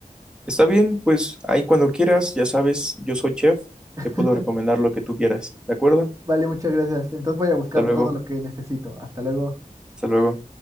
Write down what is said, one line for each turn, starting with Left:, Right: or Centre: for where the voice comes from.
Centre: Está bien, pues ahí cuando quieras, ya sabes, yo soy chef,
Right: <laughs>
Centre: te puedo recomendar lo que tú quieras, ¿de acuerdo?
Right: Vale, muchas gracias. Entonces voy a buscar
Centre: Hasta luego,
Right: todo lo que necesito. Hasta luego.
Centre: hasta luego.